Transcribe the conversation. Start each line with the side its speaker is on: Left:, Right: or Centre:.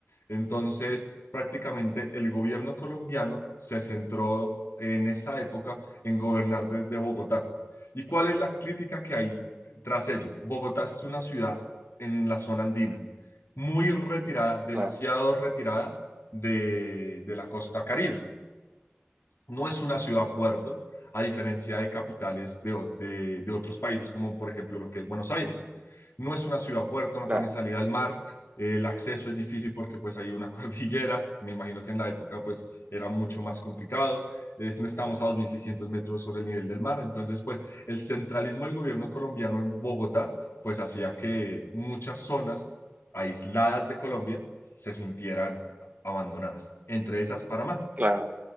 Left: Entonces, prácticamente el gobierno colombiano se centró en esa época en gobernar desde Bogotá. ¿Y cuál es la crítica que hay tras ello? Bogotá es una ciudad en la zona andina, muy retirada, demasiado
Right: claro,
Left: retirada de, de la costa Caribe. No es una ciudad-puerto, a diferencia de capitales de, o- de- de otros países, como por ejemplo lo que es Buenos Aires. No es una ciudad-puerto, no
Right: claro,
Left: tiene salida al mar, eh, el acceso es difícil porque pues hay una <laughs> cordillera, me imagino que en la época pues era mucho más complicado, es- no estamos a 2.600 metros sobre el nivel del mar, entonces pues el centralismo del gobierno colombiano en Bogotá pues hacía que muchas zonas aisladas de Colombia se sintieran abandonadas, entre esas Panamá.
Right: claro.